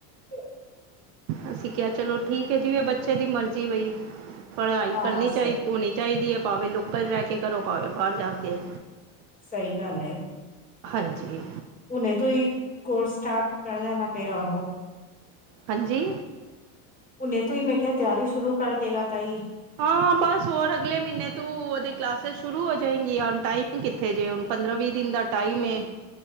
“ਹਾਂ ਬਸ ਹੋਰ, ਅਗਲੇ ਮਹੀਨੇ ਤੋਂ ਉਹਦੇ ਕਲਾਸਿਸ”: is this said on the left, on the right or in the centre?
Right